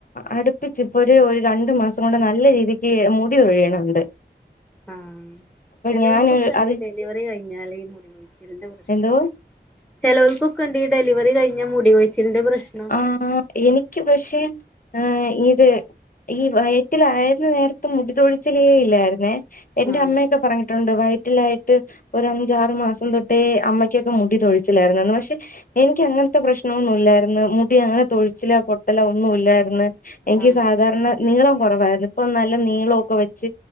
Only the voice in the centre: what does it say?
ആഹ ചെലൊൾക്കൊക്കെ
ഉണ്ട്
വറി കഴിഞ്ഞാാല മുടികൊഴിച്ചിൽ ന്റെ പ്രശ്നം
ചിലർക്ക്ക്കൊക്കെണ്ട് ഈ ഡെലിവറി കഴിഞ്ഞ മുടികഴച്ചിന്റെ പ്രശ്നം
ആഹ്
ആഹ്